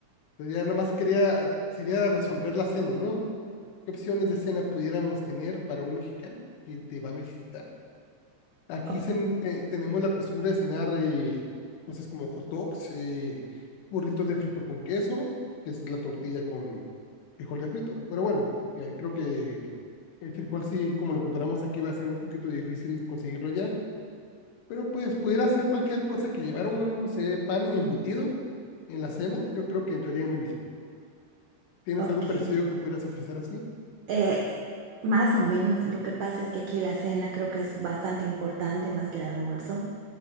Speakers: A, on the left; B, on the right.
A: Entonces ya nomás quería, sería resolver la cena, ¿no? ¿Qué opciones de cena pudiéramos tener para un mexicano que te va a visitar? Aquí
B: O-
A: cen- te- tenemos la costumbre de cenar eh, cosas como hot dogs, eh, burritos de frijol con queso, que es la tortilla con frijol de frito. Pero bueno, que creo que el, el frijol sí, como lo preparamos aquí, va a ser un poquito difícil conseguirlo ya. Pero pues pudiera ser cualquier cosa que llevara un, no sé, pan y embutido en la cena, yo creo que entraría muy bien. ¿Tienes
B: ok.
A: algo parecido que pudieras ofrecer así?
B: Eh, más o menos, lo que pasa es que aquí la cena creo que es bastante importante más que el almuerzo,